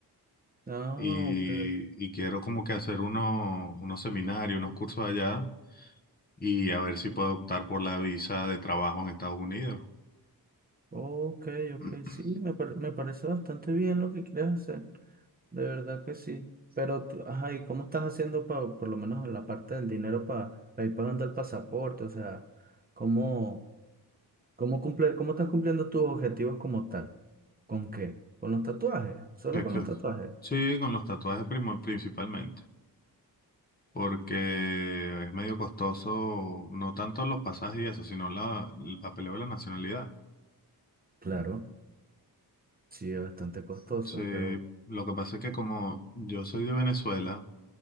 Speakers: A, on the right (about 25°); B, on the left (about 25°).
A: Ah,
B: y,
A: ok,
B: y quiero como que hacer uno- unos seminarios, unos cursos allá y a ver si puedo optar por la visa de trabajo en Estados Unidos.
A: ok, ok,
B: <clears throat>
A: sí, me, par- me parece bastante bien lo que quieres hacer, de verdad que sí. Pero tú, ajá, ¿y cómo estás haciendo pa- por lo menos en la parte del dinero para ir pagando el pasaporte? O sea, ¿cómo, cómo cumple, cómo estás cumpliendo tus objetivos como tal? ¿Con qué? ¿Con los tatuajes? ¿Solo
B: Que-
A: con
B: que-
A: los tatuajes?
B: Sí, con los tatuajes primo- principalmente, porque es medio costoso, no tanto los pasajes y eso, sino la, el papeleo de la nacionalidad.
A: Claro, sí, es bastante costoso,
B: Sí,
A: pero...
B: lo que pasa es que como yo soy de Venezuela